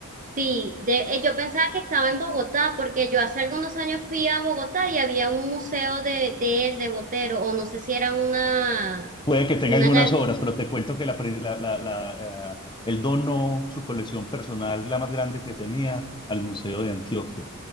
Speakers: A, on the right; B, on the left.
A: sí, de, eh, yo pensaba que estaba en Bogotá porque yo hace algunos años fui a Bogotá y había un museo de, de él, de Botero, o no sé si era una,
B: Puede que tenga
A: una
B: algunas
A: gal-
B: obras, pero te cuento que la pri- la- la- la, eh, él donó su colección personal, la más grande que tenía, al Museo de Antioquia.